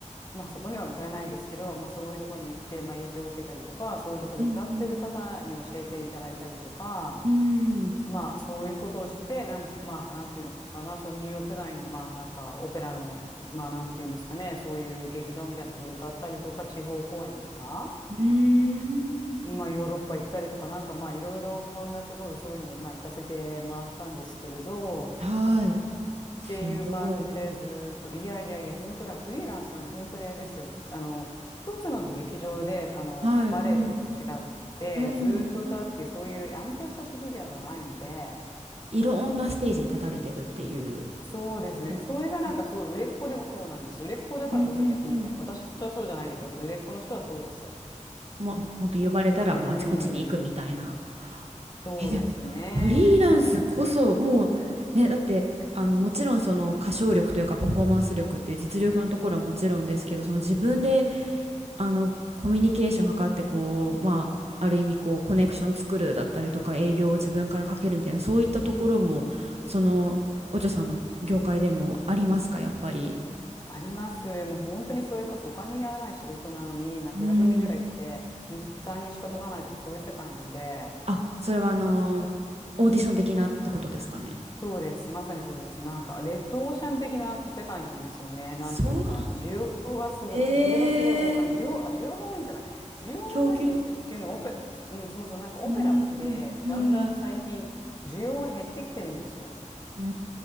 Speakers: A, on the left; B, on the right.
A: まあそこには歌えないですけど、まあそういうところに行って、まあ影響を受けたりとか、そういうところで歌ってる方に教えていただいたりとか、
B: うんうん。うーん。
A: まあそういうことをして、なんか、まあなんていうのかな、そのニューヨーク内の、まあなんかオペラの、まあなんていうんですかね、そういう劇場みたいなところで歌ったりとか、地方公演とか、
B: うーん。
A: まあヨーロッパ行ったりとか、なんかまあいろいろなところそういうので、まあ行かせてもらったんですけれど、
B: はい。すごい。
A: っていう感じでずーっと、いやいやいや、本当だ、フリーランスなんで本当にあれですよ。あの、一つの劇場で、あの、
B: はい。
A: バレエとかと違って、
B: うん。うん。
A: ずーっと歌うっていう、そういう安定した職業じゃないので、
B: いろんなステージに立たれてるっていう
A: そうですね。
B: 感じですかね。
A: それがなんかすごい売れっ子でもそうなんですよ。売れっ子だからこそ逆に、
B: うんうんうん。
A: 私はそうじゃないけど、売れっ子の人はそうです。
B: もう、ほんと呼ばれたらもうあちこちに行くみたいな。
A: うーん、そうですね。
B: え、でも、フリーランスこそ、もう、ね、だって、あの、もちろんその歌唱力というかパフォーマンス力って実力のところはもちろんですけど、その自分で、あの、コミュニケーション図って、こう、まあ、ある意味こう、コネクション作るだったりとか、営業を自分からかけるみたいな、そういったところも、その、お嬢さんの業界でもありますか、やっぱり。
A: あります。もう本当にそれこそお金にならない仕事なのに、なんか0
B: うん。
A: 0人ぐらい来て、日産にんしか取らないとかそういう世界なんで。
B: あ、それはあの、オーディション的なってことですかね。
A: そうです。まさにそうです。なんか、レッドオーシャン的な世界なんですよね。なんていうか、
B: そうなん。
A: 需要がすごい、
B: え
A: 需要がすごい、おあ、需要、
B: えー、
A: あ、需要が多いんじゃない。需要はないんですよ。
B: 供給。
A: っていうのは、オペ、うん、そうそう、なんかオペラって、
B: うんうんうん
A: だんだん最近、需要が減ってきてるんですよ。
B: うんう